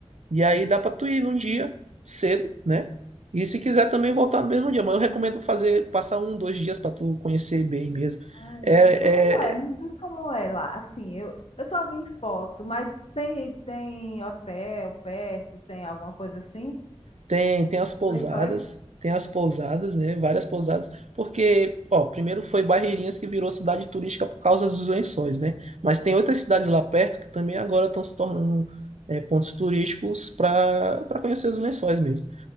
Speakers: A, on the right (about 90°); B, on the left (about 65°).
A: E aí dá para tu ir num dia cedo, né? E se quiser também voltar no mesmo dia. Mas eu recomendo fazer, passar um, dois dias para tu conhecer bem mesmo.
B: Ai,
A: É,
B: como é? Me
A: é,
B: diz como é lá. Assim, eu, eu só vi em foto, mas tem, tem hotel perto, tem alguma coisa assim?
A: Tem, tem as pousadas,
B: Os Lençóis?
A: tem as pousadas, né? Várias pousadas, porque, ó, primeiro foi Barreirinhas que virou cidade turística por causa dos lençóis, né? Mas tem outras cidades lá perto que também agora estão se tornando é, pontos turísticos para para conhecer os lençóis mesmo.